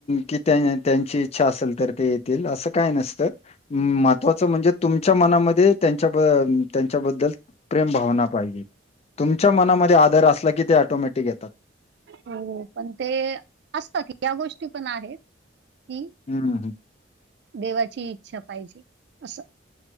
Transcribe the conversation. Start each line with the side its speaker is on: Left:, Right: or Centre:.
Left: कि त्यां त्यांची इच्छा असेल तर ते येतील असं काय नसतं, महत्त्वाचं म्हणजे तुमच्या मनामध्ये त्यांच्या त्यांच्याबद्दल, प्रेम भावना पाहिजे तुमच्या मनामध्ये आदर असला की ते ऑटोमॅटिक येतात.
Right: हो पण ते असतात या गोष्टी पण आहेत कि,
Left: हम्म
Right: देवाची इच्छा पाहिजे असं